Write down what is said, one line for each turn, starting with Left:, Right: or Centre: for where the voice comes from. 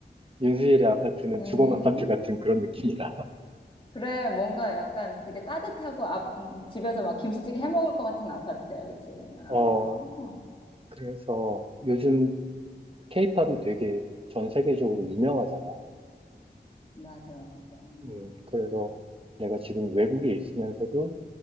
Right: 윤수일의 아파트는
Left: 음.
Right: 주공 아파트 같은 그런 느낌이라. <laughs>
Left: 그래, 뭔가 약간 되게 따뜻하고 아, 음, 집에서 막 김치찌개 해 먹을 것 같은 아파트야, 그치? 어,
Right: 어 그래서 요즘 케이팝이 되게 전 세계적으로 유명하잖아.
Left: 맞아, 맞아.
Right: 음,
Left: 어.
Right: 그래서 내가 지금 외국에 있으면서도